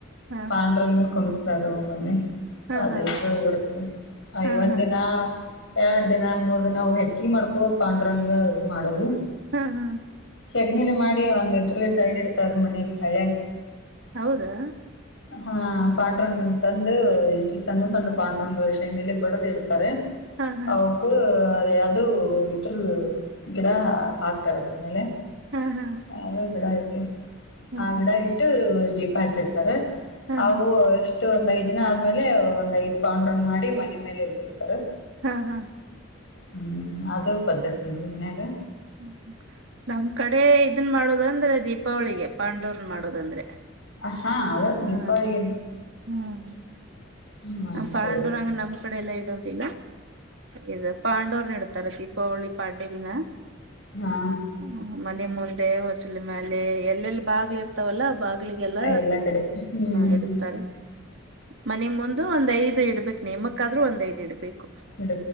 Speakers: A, on the right; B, on the left.
A: ಹಾ
B: ಪಾಂಡುರಂಗನ
A: ಹಾ
B: ಕುಣುಸ್ತರು ಒಮ್ಮ ಒಮ್ಮೆ
A: ಹಾ
B: ಅದೇತ್ರ
A: ಹಾ
B: ಊರಲ್ಲ ಅಯವಂದಿನಾ
A: ಹಾ ಹಾ
B: ಎರಡು ದಿನ ಮೂರ್ ದಿನ ಅವು ಹೆಚ್ಚಿಗೆ ಮಾಡ್ಬೋದು ಪಾಂಡುರಂಗ ಮಾಡೋದು
A: ಹ್ಮ್ ಹ್ಮ್
B: ಶೆಗನಿಲಿ ಮಾಡಿ ಒಂದ್ ಇದ್ರ ಸೈಡ್ ಇಡ್ತಾರ ಮನಲಿ ಹಳಿಯಾಗ
A: ಹೌದಾ
B: ಹಾ ಪಾಂಡ್ರಂಗನಾ ತಂದು ಇಷ್ಟಿವ ಸಣ್ಣ ಸಣ್ಣ ಪಾಂಡ್ರಂಗ್ ಶೈನಲಿ ಬಡದ ಇಡ್ತಾರೆ
A: ಹಾ ಹಾ
B: ಅವಕ ಅದು ಇದ್ರ ಗಿಡ ಹಾಕ್ತಾರದ್ರ ಮೇಲೆ
A: ಹಾ ಹಾ
B: ಅ ಗಿಡ ಐತಿ
A: ಹ್ಮ್
B: ಆ
A: ಹ್ಮ್
B: ಗಿಡ ಇಟ್ಟು ದೀಪ ಹಚ್ಚಿಡ್ತಾರ
A: ಹಾ
B: ಅವು
A: ಹಾ
B: ಎಷ್ಟು ಒಂದ್ ಐದ್ ದಿನ ಆದ್ಮೇಲೆ ಒಂದ್ ಐದ್ ಪೌಂಡ್ರಂಗ್ ಮಾಡಿ ಮನೆ ಮೇಲೆ ಇಟ್ಟ ಬಿಡ್ತಾರೆ
A: ಹಾ ಹಾ
B: ಹ್ಮ್ ಅದು ಪದ್ಧತಿ ಹೂಂಗ ನ್ಯಾಗ
A: ಹ್ಮ ನಮ್ ಕಡೆ ಇದನ್ ಮಾಡೋದಂದ್ರೆ ದೀಪಾವಳಿಗೆ ಪಾಂಡವರ್ನ್ ಮಾಡೋದಂದ್ರೆ
B: ಹಾ ಅದು
A: ಹಾ
B: ಗಿಪ್ಪಳಗೆ
A: ಹ್ಮ್
B: ್ಮ ಮತ್ತ
A: ಪಾಂಡೂರಂಗ ನಮ್ ಕಡೆ ಎಲ್ಲ ಇಡೋದಿಲ್ಲ ಇದು ಪಾಂಡವರನ ಇಡ್ತಾರೆ ದೀಪಾವಳಿ ಪಾಡ್ಡ ದಿನ
B: ಹಾ
A: ಹ ಮನೆ ಮುಂದೆ ಹೊಚಲ್ ಮ್ಯಾಲಲೆ ಎಲ್ಲೆಲ್ಲಿ ಬಾಗ್ಲಿ ಇರ್ತಾವಲ್ಲ ಬಾಗ ಲ್ಬಾಗಿಲಿಗೆಲ್ಲ
B: ಎಲ್ಲಾ ಕಡೆ ಹ್ಮ್
A: ಇಡುತ್ತಾರೆ ಮ ಮು ಒಂದ್ ಐದ ಇಡ್ಬೇಕು ನಿಯಮಕ್ಕಾದ್ರೂ ಒಂದ್ ಐದ ಇಡ್ಬೇಕು
B: ಹಡ